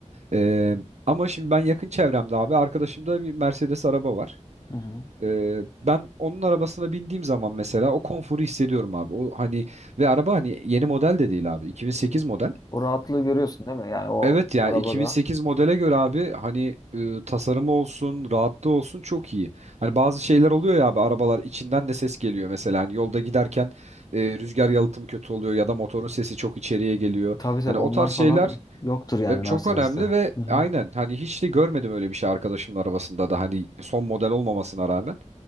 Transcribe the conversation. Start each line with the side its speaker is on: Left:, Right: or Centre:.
Right: Ee, ama şimdi ben yakın çevremde abi arkadaşımda bir Mercedes araba var.
Left: Hı hı.
Right: Ee, ben onun arabasına bindiğim zaman mesela o konforu hissediyorum abi. O hani ve araba hani yeni model de değil abi. 2008 model.
Left: O rahatlığı görüyorsun değil mi? Yani o
Right: Evet yani
Left: arabada.
Right: 2008 modele göre abi hani e, tasarımı olsun, rahatlığı olsun çok iyi. Hani bazı şeyler oluyor ya abi arabalar içinden de ses geliyor mesela. Hani yolda giderken e, rüzgar yalıtımı kötü oluyor ya da motorun sesi çok içeriye geliyor.
Left: Tabii tabii
Right: Hani o
Left: onlar
Right: tarz şeyler
Left: falan yoktur yani
Right: e, çok
Left: Mercedes'te.
Right: önemli ve
Left: Hı hı.
Right: aynen hani hiç de görmedim öyle bir şey arkadaşımın arabasında da hani son model olmamasına rağmen.